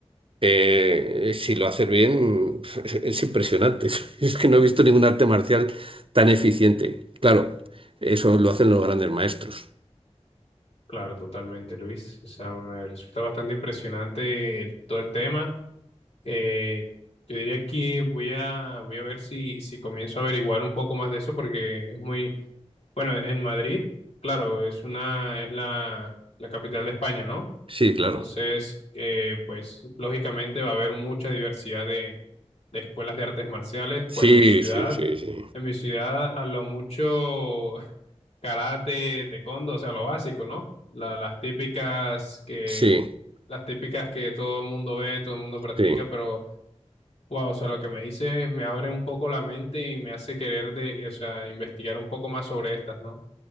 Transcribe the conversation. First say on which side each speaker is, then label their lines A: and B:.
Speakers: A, on the right (about 50°); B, on the left (about 65°).
A: eh, si lo haces bien, <laughs> es, es impresionante. <laughs> Es que no he visto ningún arte marcial tan eficiente. Claro, eso lo hacen los grandes maestros.
B: claro, totalmente, Luis. O sea, me resulta bastante impresionante el- todo el tema. Eh, yo diría que voy a, voy a ver si, si comienzo a averiguar un poco más de eso porque es muy, Bueno, en Madrid, claro, es una, es la, la capital de España, ¿no?
A: Sí, claro.
B: Entonces, eh, pues lógicamente va a haber mucha diversidad de, de escuelas de artes marciales.
A: Sí,
B: Pues en mi ciudad,
A: sí, sí, sí.
B: en mi ciudad a lo mucho <laughs> karate, taekwondo, o sea, lo básico, ¿no? La- las típicas que,
A: Sí,
B: las típicas que todo el mundo ve, todo el mundo practica,
A: sí.
B: pero wow, o sea, lo que me dices me abre un poco la mente y me hace querer de, o sea, investigar un poco más sobre estas, ¿no?